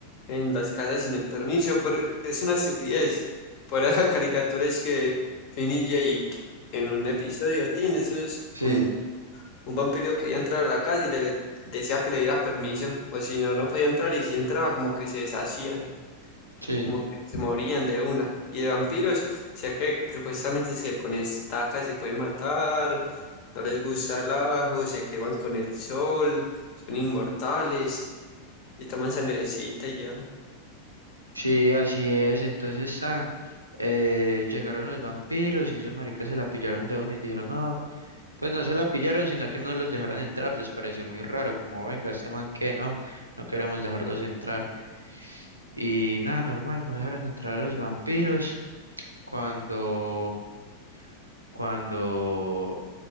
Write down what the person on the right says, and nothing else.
Sí,
sí.
Sí, así es. Entonces, San, eh, llegaron los vampiros y esos maricas se la pillaron de una y dijeron, no, pues no se la pillaron, sino que no los dejaron entrar. Les pareció muy raro, como, venga, este man que no, no queremos dejarlos entrar. Y nada, normal, no dejaron entrar a los vampiros cuando... cuando